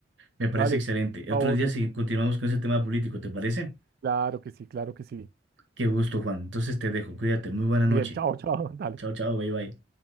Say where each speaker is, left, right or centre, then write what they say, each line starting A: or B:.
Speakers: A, on the right; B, on the right.
A: me parece
B: Dale,
A: excelente.
B: chao,
A: Otros
B: José.
A: días si continuamos con ese tema político, ¿te parece?
B: Claro que sí, claro que sí.
A: Qué gusto, Juan. Entonces te dejo. Cuídate. Muy buena noche.
B: Miguel, chao, chao, <laughs> dale.
A: Chao, chao. Bye, bye.